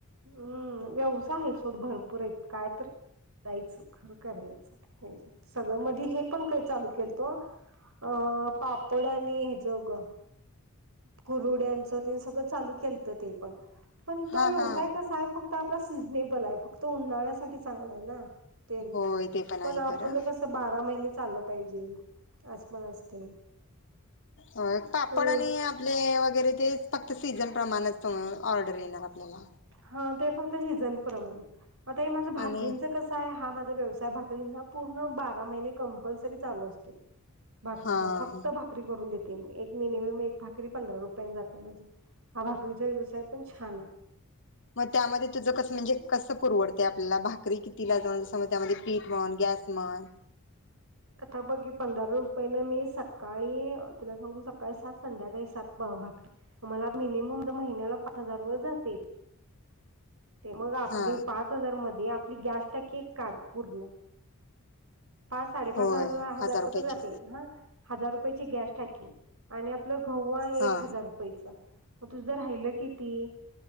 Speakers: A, on the right; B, on the left.
A: हम्म व्यव आहे सोड भरपूर आहेत काय तर करायचं खर करायचं सगळं मधी हे पण काही चालू केलत अ पापड आणि हे ज ग कुरुड्यांचं ते सगळं चालू केलत ते पण पण तो
B: हा
A: व्यावसाय
B: हा
A: कसा आहे फक्त आपण सिझनेबल आहे फक्त उन्हाळ्यासाठी चांगलं आहे ना तेन
B: होय ते पण आहे
A: आपलं
B: खरं
A: कस बारा महिने चालल पाहिजे असं पण असते
B: हो पापड
A: तो
B: आणि आपले वगैरे ते फक्त तर सीझन प्रमाणच ऑर्डर येणार आपल्याला
A: हा ते फक्त शिजनप्रमाणे आता हे माझं भाकरीचं
B: आणि
A: कस आहे हा व्यवसाय भाकरी पूर्ण बारा महिने कंपल्सरी चालू असतोय भाकरीचा
B: हा
A: फक्त भाकरी करून देत एक मिनिमम एक भाकरी पंधरा रुपये पर्यंत जाते म्हणजे तुमचे व्यवसाय पण छान आहे
B: मग त्यामध्ये तुझं कस म्हणजे म्हणजे कसं पुरवडत ते आपल्याला भाकरी किती लाजाऊन मग त्यामध्ये पीठ म्हण गॅस म्हण
A: आता बघीत पंधरा रुपयेने मी सकाळी तुला सांगतो सकाळी सात संध्याकाळी सात भाकरी मला मिनिमम महिन्याला पाच हजार व जातय. ते मग आपली
B: हा
A: पाच हजार मध्ये आपली गॅस टाकी काढ पूर्ण पाच साडेपाच
B: होय
A: हजार हजार
B: रुपयाची
A: प जाते हा हजार रुपयाची गॅस टाकी आणि आपलं गहू आहे
B: हा
A: एक हजार रुपयच तुझं राहिलं किती